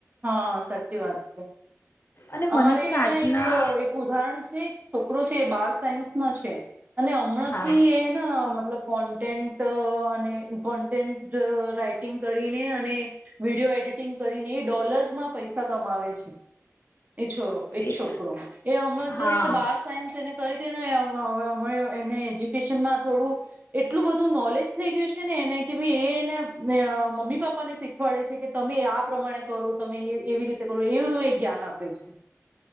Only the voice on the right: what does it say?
હા સાચી વાત છે
અમારે
અહિયાં
એક એક ઉદાહરણ છે શોકરો બાર સાયન્સમાં છે અને હમણાંથી
એના મતલબ કોન્ટેન્ટ અને કોન્ટેન્ટ રાઈટિંગ કરીને અને વિડીિયો એડિટિંગ કરીને એ ડોલર્સ માં પૈસા કમાવે છે એ છોરો એક
છોકરો એ હમણા
જસ્ટ બાર સાયન્સ એને કરી દ ને અ એને એજ્યુકેશનમાં થોડું એટલું બધું નોલેજ થઈ ગયું છે ને એને કે ભાઈ એને મમ્મી પપ્પા ને શીખવાડે છે કે તમે આ પ્રમાણે કરો તમે એવી રીતે કરો એવું એક જ્ઞાન આપે છે